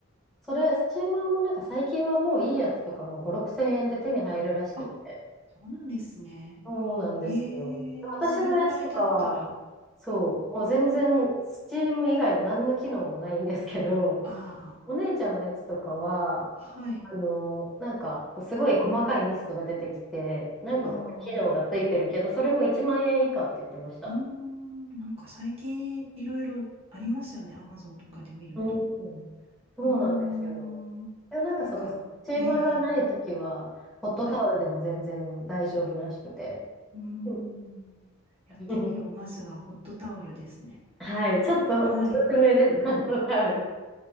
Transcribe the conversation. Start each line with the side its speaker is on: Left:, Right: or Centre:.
Centre: それ、スチーマーもなんか最近はもういいやつとかも5、6千円で手に入るらしくて。
Right: あ、そうなんですね。
Centre: そうなんですよ。
Right: へえ、
Centre: 私のやつとかは、
Right: それぐらいだったら。
Centre: そう、もう全然、スチーム以外の何の機能もないんですけど、
Right: あ
Centre: お姉ちゃんのやつとかは、
Right: あー、はい。
Centre: あのーなんか、すごい細かいミストが出てきて、何個か機能がついてるけど、
Right: ああ、
Centre: それも1万円以下って言ってました。
Right: うーん、なんか最近いろいろありますよね、アマゾンとかで見ると。
Centre: うん。そうなんですよ。
Right: うーん、
Centre: でもなんかその、
Right: なんか、
Centre: スチーマーがないときは、
Right: ええ、ええ
Centre: ホットタオルでも全然大丈夫らしくて。
Right: はい。うーん。
Centre: うん
Right: やってみよう。
Centre: <laughs>
Right: まずはホットタオルですね。
Centre: はい、ちょっとおすすめです、
Right: はい。
Centre: ホットタオル。